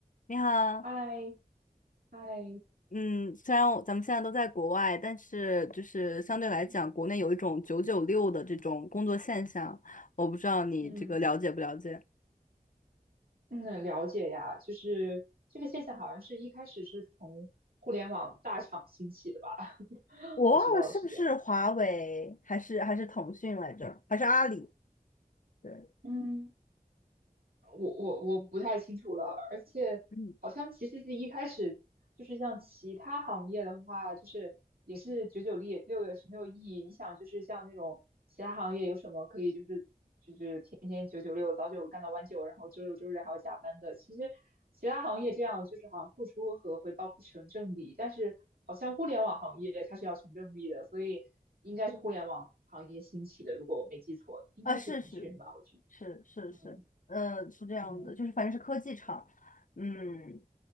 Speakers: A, on the left; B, on the right.
A: 你好，
B: 嗨嗨，
A: 嗯，虽然我咱们现在都在国外，但是就是相对来讲，
B: 嗯
A: 国内有一种九九六的这种工作现象，我不知道你这个了解不了解。
B: 嗯，嗯，了解呀，就是这个现象好像是一开始是从互联网大厂兴起的吧，<laughs>
A: 我忘了是不是华为还是还是腾讯来着，
B: 我知道是这样的。
A: 还是阿里？对，
B: 嗯，我我我不太清楚了，而且好像其实是一开始就是像其他行业的话，
A: 嗯，
B: 就是也是九九六六月是没有意义？你想就是像那种其他行业有什么可以就是天天九九六，早九干到晚九，然后周六周日还要加班的。其实其他行业这样就是好像付出和回报不成正比，但是好像互联网行业它是要成正比的，所以应该是互联网行业兴起的，如果我没记错，应该是腾讯吧，
A: 啊，是是
B: 我觉得。
A: 是是是，
B: 嗯
A: 呃，是这样的，
B: 嗯
A: 就是反正是科技厂，嗯，